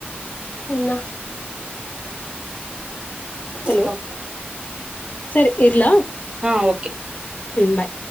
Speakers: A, on the left; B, on the right.
A: ಇನ್ನ ಹಲೋ
B: ಓಕೇ ಓಕೇ.
A: ಸರಿ ಇಡ್ಲ.
B: ಹಾ ಓಕೆ
A: ಬಾಯ್